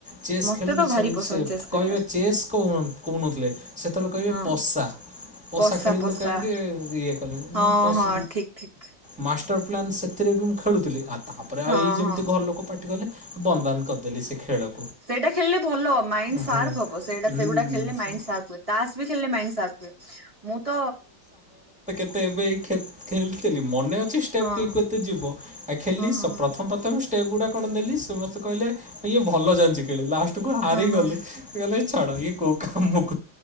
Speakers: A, in the centre; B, on the right.
A: ଚେସ୍
B: ମତେ
A: ଖେଳିଲି
B: ତ
A: ସେମିତି
B: ଭାରି ପସନ୍ଦ
A: ସେ
B: ଚେସ୍ ଖେଳିବା
A: କହିବେ ଚେସ୍ କହୁନଥିଲେ ସେତେବେଳେ କହିବେ
B: ହଁ।
A: ପଷା। ପଷା
B: ପଶା
A: ଖେଳିଲୁ
B: ପଶା
A: କାହିଁକି ଇଏ କଲେ
B: ହଁ
A: ପସ୍
B: ହଁ ଠିକ ଠିକ
A: ମା ମାଷ୍ଟର ପ୍ଲାନ୍ ସେଥିରେ ବି ମୁଁ ଖେଳୁଥିଲି। ତାପରେ ଆଉ
B: ହଁ
A: ଏଇ ଯେମିତି
B: ହଁ
A: ଘର ଲୋକ ପାଟିକଲେ ବନ୍ଦାନ କରିଦେଲି ସେ ଖେଳକୁ।
B: ସେଇଟା ଖେଳିଲେ ଭଲ ମାଇଣ୍ଡ ସାର୍ପ
A: ହୁଁ
B: ହବ। ସେଇଟା
A: ହୁଁ।
B: ସେଗୁଡା ଖେଳିଲ ମାଇଣ୍ଡ ସାର୍ପ ହୁଏ, ତାସ ବି ଖେଳିଲେ ମାଇଣ୍ଡ ସାର୍ପ ମୁଁ ତ
A: କିନ୍ତୁ ଏବେ ଏଇ ଖେତ୍ ଖେଳିଥିଲି ମନେ ଷ୍ଟେପ
B: ହଁ
A: କିଏ କେତେ ଯିବ ଆ ଖେଳିଲି
B: ହଁ ହଁ ହଁ
A: ପ୍ରଥମ ପ୍ରଥମେ ଏଗୁଡା କଣ ଦେଲି ସେ ମତେ କହିଲେ ଇଏ ଭଲ ଜାଣିଛି ଖେଳି ଲାଷ୍ଟ ଲାଷ୍ଟ କୁ ହାରିଗଲି।
B: ହଁ ହଁ
A: ସେ କହିଲେ ଛାଡ଼ ଇଏ କୋଉ କାମ କୁ